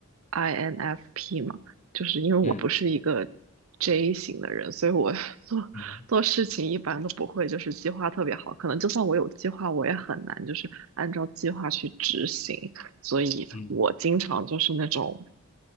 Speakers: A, on the right; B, on the left.
A: INFP 嘛，就是因为我不是一个
B: 嗯
A: J 型的人，所以我 <laughs> 做做事情一般都不会就是计划特别好，
B: 嗯
A: 可能就算我有计划，我也很难就是按照计划去执行，所以我经常就是那种，
B: 嗯